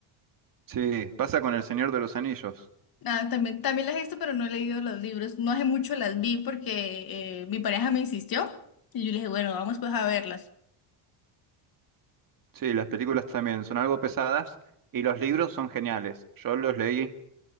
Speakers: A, on the right (about 45°); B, on the left (about 45°).
A: Sí, pasa con El Señor de los Anillos.
B: Ah, también, también las he visto, pero no he leído los libros. No hace mucho las vi porque eh, mi pareja me insistió y yo le dije, bueno, vamos pues a verlas.
A: Sí, las películas también son algo pesadas y los libros son geniales. Yo los leí